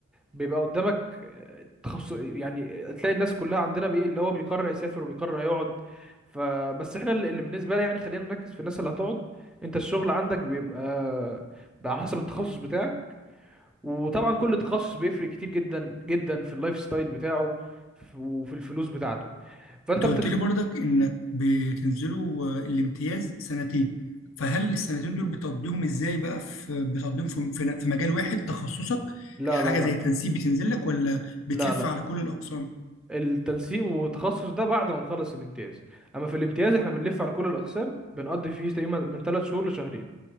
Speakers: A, in the centre; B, on the left (about 75°).
A: بيبقى قدامك آه، تخصص يعني تلاقي الناس كلها عندنا بايه اللي هو بيقرر يسافر وبيقرر هيقعد فبس احنا اللي اللي بالنسبه لي يعني خلينا نركز في الناس اللي هتقعد انت الشغل عندك بيبقى بقى على حسب التخصص بتاعك وطبعا كل تخصص بيفرق كتير جدا جدا في اللايف ستايل بتاعه ف- وفي الفلوس بتاعته فانت
B: انت قلت
A: بتخ...
B: لي برضك انك بتنزلوا آه، الامتياز سنتين فهل السنتين دول بتقضيهم ازاي بقى في بتقضيهم في في في مجال واحد تخصصك
A: لا
B: حاجه
A: لا لا
B: زي التنسيق بتنزل لك ولا بتلف
A: لا لا
B: على كل الاقسام
A: التنسيق والتخصص ده بعد ما نخلص الامتياز اما في الامتياز احنا بنلف على كل الاقسام بنقضي فيه تقريبا من ثلاث شهور لشهرين